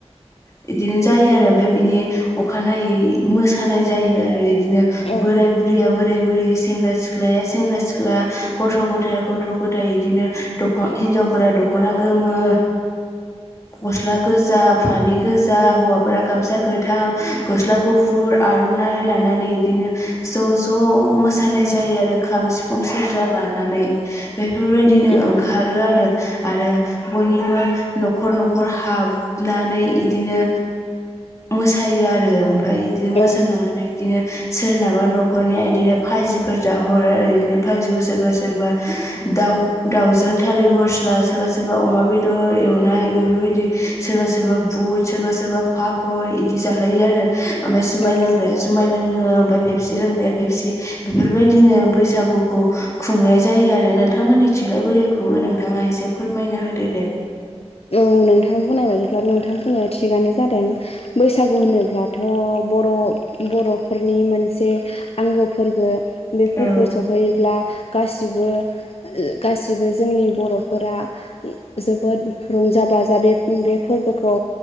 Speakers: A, on the left (about 25°); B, on the left (about 60°).
A: बिदिनो जायो आरो ओमफ्राय बिनि अखानायै मोसा थानायानाय जायो आरो इदिनो
B: औ
A: बोराय बुरिया बोराय बुरि सेंग्रा सिख्लाया सेंग्रा सिख्ला गथ' गथाय गथ' गथाय इदिनो दख हिनजावफोरा दख'ना गोमो गस्ला गोजा फालि गोजा हौवाफोरा गामसा गोथां गस्ला गुफुर आर'नाइ लानानै इदिनो ज' ज' मोसानाय जायो आरो खाम सिफुं सिफुं सेरजा लानानै बेफोरबायदिनो
B: उम
A: ओंखारो आरो आरो बयनिबो न'खर न'खर हा नानै इदिनो मोसायो आरो ओमफफ्राय बिदिनो मोसाखांनानै
B: उम
A: बिदिनो सोरनाबा न'खरनिया बिदिनो भाजिफोर जाहोहरो आरो बिदिनो भिखौ सोरबा सोरबा दाउ दाउजों थालिर बरस्ला सोरबा सोरबा अमा बेदर एवनाय बेफोरबायदि सोरबा सोरबा बुट सोरबा सोरबा पापर इदि जाहोयो आरो ओमफफ्राय जुमाय
B: औ
A: लोंग्राया जुमाय लोङो ओमफ्राय फेबसि लोंग्राया फेबसि बेफोरबायदिनो बैसागुखौ खुंनाय जायो आरो नोंथांमोननि थिगलाय बोरै खुङो नोंथाङा एसे फोरमायना होदो दे
B: औ नोंथां बुंनाय बाददिब्ला नोंथां बुंनाया थिगानो जादों बैसागु होनोब्लाथ' बर' बर'फोरनि मोनसे आंगो फोरबो बे फोरबो
A: औ
B: सफैयोब्ला गासिबो गासिबो जोंनि बर'फोरा जोबोद रंजा बाजा बे बे फोरबोखौ